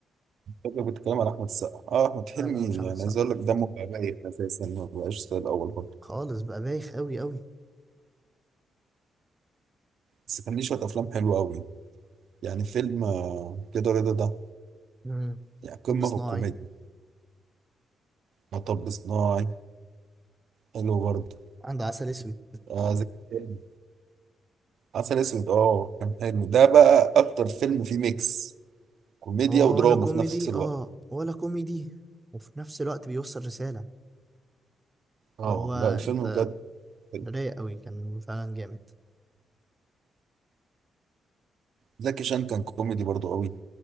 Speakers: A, on the right (about 70°); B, on the right (about 15°).
A: فاكر كنت بتكلم على احمد السقا اه احمد حلمي
B: لا لا مش عامل
A: يعني
B: السقا
A: عايز اقول لك دمه بقى بايت اساسا ما بقاش زي الاول برضه
B: خالص بقى بايخ قوي قوي
A: بس كان ليه شويه افلام حلوه قوي يعني فيلم آه، كده رضا ده
B: مم.
A: يعني
B: طب
A: قمه
B: صناعي
A: في الكوميديا مطب صناعي حلو برضه
B: عنده عسل اسود
A: آه زكي شان. عسل اسود اه كان حلو ده بقى اكتر فيلم فيه ميكس كوميديا
B: هو هو
A: ودراما
B: ولا كوميدي
A: في نفس الوقت
B: اه ولا كوميدي وفي نفس الوقت بيوصل رساله
A: اه
B: اللي هو
A: لا الفيلم
B: انت
A: بجد حلو.
B: رايق قوي كان فعلا جامد
A: زكي شان كان كوميدي برضه قوي